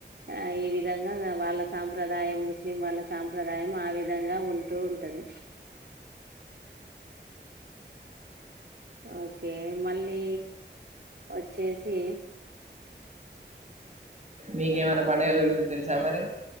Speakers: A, on the right; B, on the right.
A: ఆ ఈ విధంగా వాళ్ళ సాంప్రదాయం ముస్లిం వాళ్ళ సాం ప్రదాయం ఆ విధంగా ఉంటూ ఉంటది ఓకే మళ్ళీ వచ్చేసి
B: మీకేమన్నా పండగాల గురించి తెలుసా మరి